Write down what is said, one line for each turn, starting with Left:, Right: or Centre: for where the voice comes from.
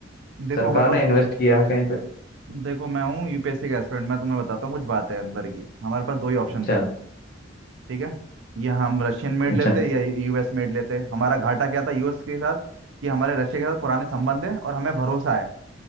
Right: देखो
Left: सरकार
Right: हमारे
Left: ने
Right: पास
Left: इन्वेस्ट किया है कहीं पे
Right: देखो मैं हूँ यूपीएससी का एस्पिरेंट मैं तुम्हें बताता हूँ कुछ बात है अंदर की हमारे पास दो ही ऑप्शन
Left: अच्छा
Right: थे ठीक है या हम रशियन मेड
Left: अच्छा
Right: लेते या यूएस मेड लेते हमारा घाटा क्या था यूएस के साथ कि हमारे रशिया के साथ पुराने संबंध है और हमें भरोसा है